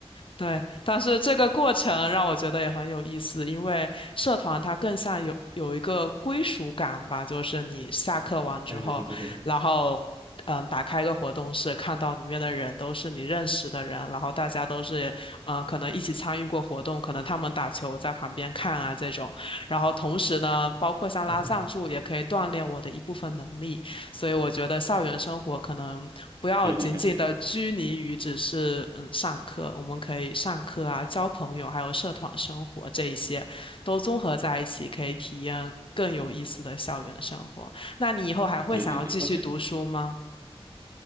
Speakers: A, on the left; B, on the right.
A: 对，但是这个过程让我觉得也很有意思，因为社团它更像有有一个归属感吧，就是你下课完之后，
B: 对对对对对，
A: 然后嗯，打开一个活动室，看到里面的人都是你认识的人，然后大家都是嗯，可能一起参与过活动，可能他们打球我在旁边看啊这种，然后同时呢，包括像拉赞助也可以锻炼我的一部分能力，
B: 嗯嗯嗯，
A: 所以我觉得校园生活可能不要仅仅的拘泥于只是嗯上课，
B: 对对对
A: 我们可以上课啊、交朋友，还有社团生活这一些都综合在一起，可以体验更有意思的校园生活。那你以后还会想要继续读书吗？
B: 对对对对，我觉得，